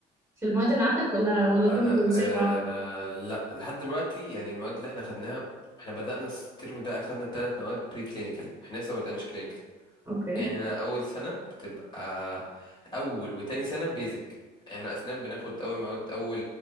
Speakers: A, on the right; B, on the left.
A: في المواد اللي عندك ولا ولا كله
B: انا
A: زي
B: آه
A: بعضه
B: لا لحد دلوقتي يعني المواد اللي احنا خدناها احنا بدأنا الترم ده اخدنا ثلاث مواد بري كلينيكال احنا لسه ما بدأناش كلينيكال
A: اوكي
B: يعني هنا اول سنه بتبقى اول وتاني سنه بيزك احنا اسنان بناخد اول مواد اول